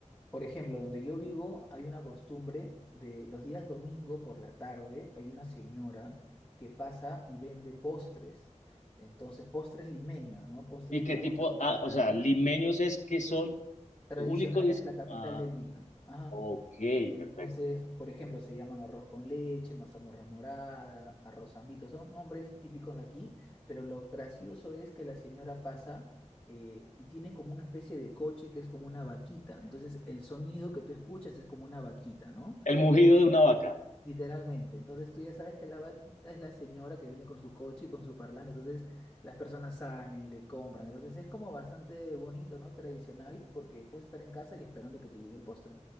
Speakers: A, on the left; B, on the left.
A: por ejemplo, donde yo vivo hay una costumbre de los días domingo por la tarde hay una señora que pasa y vende postres. Entonces, postres limeños, ¿no? Postres,
B: ¿Y qué
A: digamos,
B: tipo,
A: tradicionales.
B: ah, o sea, limeños es que son
A: Tradicionales
B: único y es...
A: de la capital
B: Ah,
A: de Lima. Ajá.
B: ok,
A: Entonces,
B: perfecto.
A: por ejemplo, se llaman arroz con leche, mazamorra morada, arroz zambito, son nombres típicos de aquí, pero lo gracioso es que la señora pasa eh, y tiene como una especie de coche que es como una vaquita. Entonces, el sonido que tú escuchas es como una vaquita, ¿no?
B: El mugido de una vaca,
A: Literalmente. Entonces, tú ya sabes que la vaquita es la señora que viene con su coche y con su parlante. Entonces, las personas salen, le compran. Entonces, es como bastante bonito, ¿no? Y tradicional porque puedes estar en casa y esperando que te llegue el postre.